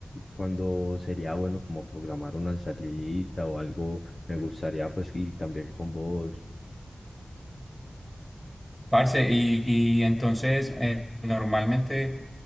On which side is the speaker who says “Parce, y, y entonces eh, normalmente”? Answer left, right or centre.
Centre